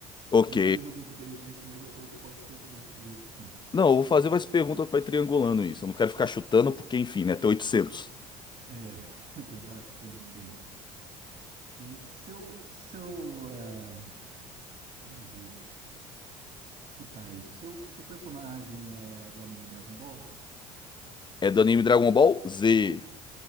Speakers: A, on the left; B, on the right.
A: Ok.
B: Eu não me lembro muito bem disso, mas eu creio que pode ser dizer que sim.
A: Não, eu vou fazer umas perguntas pra ir triangulando isso. Eu não quero ficar chutando, porque, enfim, né? Tem 800.
B: É, <laughs> tem bastante aí. Bem, seu, seu, ah, vamos ver, chutar isso. Seu, seu personagem é do anime Dragon Ball?
A: É do anime Dragon Ball Z.